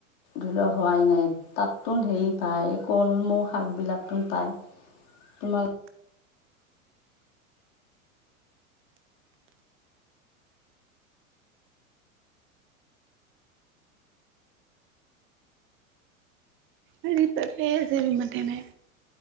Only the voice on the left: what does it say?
ধৰি লও হোৱাই নাই, তাততোন হেৰি পায় ক মৌ শাকবিলাকত পায়, তোমালোক